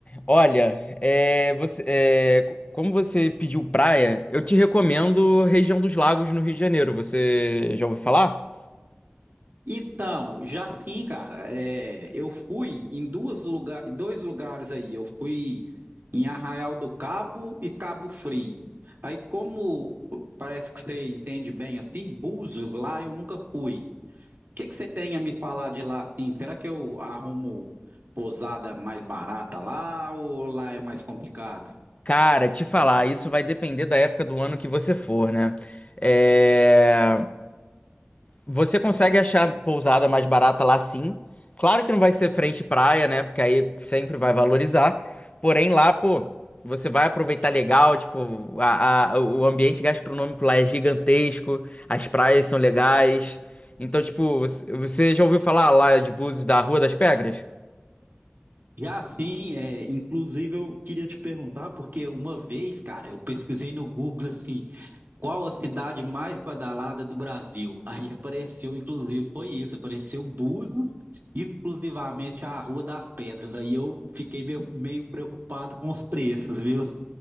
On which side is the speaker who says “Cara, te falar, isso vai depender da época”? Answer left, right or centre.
Left